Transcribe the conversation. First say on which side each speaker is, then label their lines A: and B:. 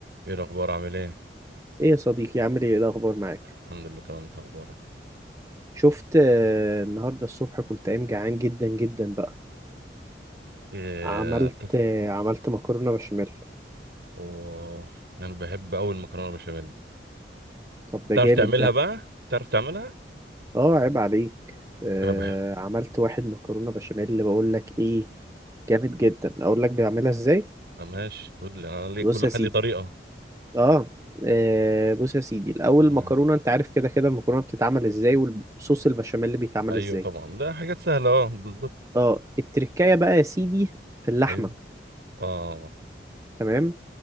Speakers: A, on the right; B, on the right.
A: ايه الاخبار عامل ايه
B: ايه يا صديقي عامل ايه إيه الاخبار معاك
A: الحمد لله تمام انت اخبارك
B: شفت آه، النهارده الصبح كنت قايم جعان جدا جدا بقى
A: ايه
B: عملت
A: هتفط
B: آه، عملت مكرونه بشاميل
A: اوه انا بحب اول مكرونه بشاميل
B: طب ده
A: تعرف
B: جامد
A: تعملها
B: ده
A: بقى تعرف تعملها
B: اه عيب عليك آه،
A: انا بحب
B: عملت واحد مكرونه بشاميل اللي بقول لك ايه جامد جدا اقول لك بيعملها ازاي
A: آه، ماشي قول لي انا ليه كل
B: بص
A: واحد
B: يا سيدي
A: ليه طريقه
B: اه آه، بص يا سيدي الاول
A: معايا.
B: المكرونه انت عارف كده كده المكرونه بتتعمل ازاي والصوص البشاميل اللي بيتعمل
A: ايوه
B: ازاي
A: طبعا ده حاجات سهله اه بالظبط
B: اه التركايه بقى يا سيدي في اللحمه
A: ايوه اه
B: تمام